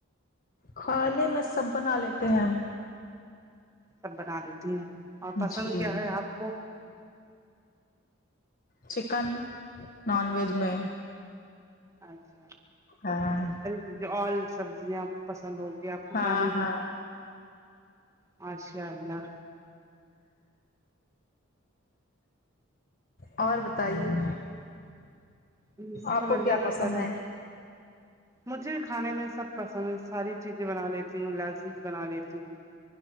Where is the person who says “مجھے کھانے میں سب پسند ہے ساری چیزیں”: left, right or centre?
Right